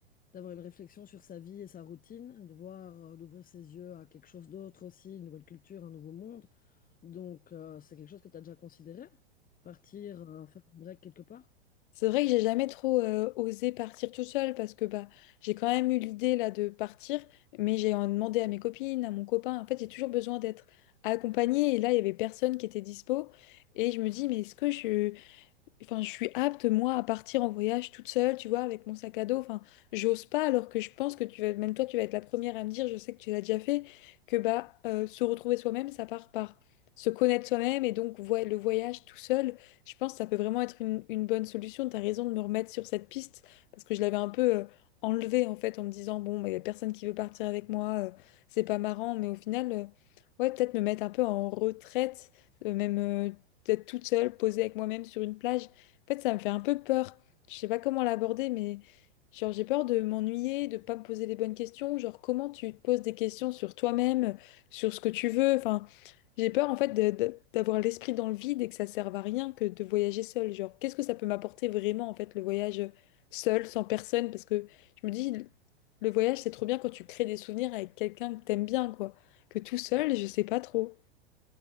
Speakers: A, on the left; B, on the left.
A: d'avoir une réflexion sur sa vie et sa routine, de voir, euh, d'ouvrir ses yeux à quelque chose d'autre aussi, une nouvelle culture, un nouveau monde. Donc, euh, c'est quelque chose que tu as déjà considéré, partir, euh, faire un break quelque part.
B: C'est vrai que j'ai jamais trop euh, osé partir tout seul parce que bah j'ai quand même eu l'idée là de partir, mais j'ai en demandé à mes copines, à mon copain. En fait, j'ai toujours besoin d'être accompagnée et là, il y avait personne qui était dispo et je me dis mais est-ce que je, Enfin, je suis apte, moi, à partir en voyage toute seule, tu vois, avec mon sac à dos. Enfin, j'ose pas, alors que je pense que tu vas, même toi, tu vas être la première à me dire, je sais que tu l'as déjà fait, que bah, euh, se retrouver soi-même, ça part par se connaître soi-même. Et donc, voi- le voyage tout seul, je pense que ça peut vraiment être une, une bonne solution. Tu as raison de me remettre sur cette piste, parce que je l'avais un peu euh, enlevée, en fait, en me disant, bon, il y a personne qui veut partir avec moi, euh, c'est pas marrant. Mais au final, euh, ouais, peut-être me mettre un peu en retraite, euh, même. euh, d'être toute seule, posée avec moi-même sur une plage. En fait, ça me fait un peu peur. Je sais pas comment l'aborder, mais genre j'ai peur de m'ennuyer, de pas me poser les bonnes questions. Genre comment tu te poses des questions sur toi-même, sur ce que tu veux. Enfin, j'ai peur en fait de- de- d'avoir l'esprit dans le vide et que ça serve à rien que de voyager seul. Genre qu'est-ce que ça peut m'apporter vraiment en fait le voyage seul, sans personne? Parce que je me dis le voyage c'est trop bien quand tu crées des souvenirs avec quelqu'un que t'aimes bien quoi. Que tout seul, je sais pas trop.